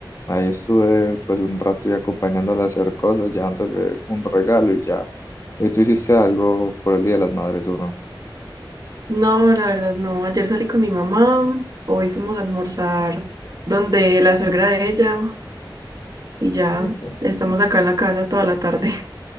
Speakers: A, on the left; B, on the right.
A: ahí estuve pues un rato y acompañándola a hacer cosas, llevándole un regalo y ya. ¿Y tú hiciste algo por el Día de las Madres o no?
B: No, la verdad no. Ayer salí con mi mamá, hoy fuimos a almorzar donde la suegra de ella y ya
A: Ok.
B: estamos acá en la casa toda la tarde.